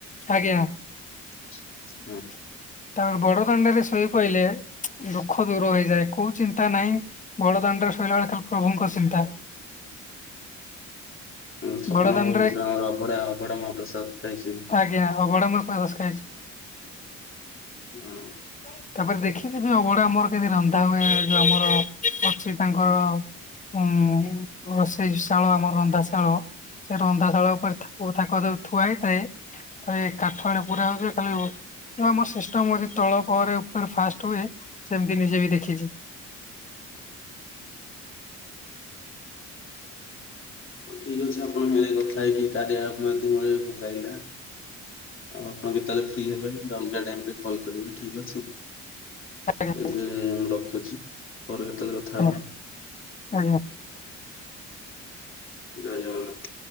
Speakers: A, on the left; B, on the left.
A: ଆଜ୍ଞା।
B: <inaudible>
A: <inaudible> ତାର ବଡ଼ଦାଣ୍ଡରେ ଶୋଇପଇଲେ ଦୁଃଖ ଦୂର ହୋଇଯାଏ କଉ ଚିନ୍ତା ନାଇଁ। ବଡ଼ଦାଣ୍ଡରେ ଶୋଇଲା ବେଳେ ଖା ପ୍ରଭୁଙ୍କ ଚିନ୍ତା।
B: ଆମ ଛପନ
A: ବଡ ଦାଣ୍ଡରେ
B: <unintelligible> ଆମର ଅଭଡା ଅଭଡା ମହାପ୍ରସାଦ ଖାଇଛି।
A: ଦିଆ ଅଭଡ଼ା ମୁଁ <unintelligible> ଖାଇଛି।
B: ହୁଁ।
A: <inaudible> ତାପରେ ଦେଖିଛି ବି ଅଭଡା ଆମର କେମିତି ରନ୍ଧା ହୁଏ, ଯୋଉ ଆମର ଅଛି ତାଙ୍କର ଉଁ ରୋଷେଇଶାଳ ଆମ ରନ୍ଧାଶାଳ, ସେ ରନ୍ଧାଶାଳ ଉପରେ ଥାକୁ ତାକଦ ଥୁଆ ହେଇଥାଏ। ଖାଲି କାଠରେ ପୁରା ହୁଏ ଖାଲି <unintelligible> ଶ୍ରେଷ୍ଠ <unintelligible> ଯଦି ତଳ ପରେ ଉପରେ ଫାଷ୍ଟ ହୁଏ ସେମିତି ନିଜେ ବି ଦେଖିଛି।
B: ହଉ ଠିକ ଅଛି ଆପଣଙ୍କରେ କଥା ହେଇକି କାରିଆ ମାଧ୍ୟମରେ ଭଲ ଲାଗିଲା। ଆଉ ଆପଣ କେତେବେଲେ ଫ୍ରି ହେବେ ଅଲଗା ଟାଇମ ରେ କଲ୍ କରିବେ ଠିକ ଅଛି।
A: ଆଜ୍ଞା।
B: ଏବେ ମୁଁ ରଖୁଛି। ପରେ କେତେବେଳେ କଥା
A: ଆଜ୍ଞା
B: ହବା ଆଉ।
A: ଆଜ୍ଞା।
B: ଜୟ ଜଗନ୍ନାଥ।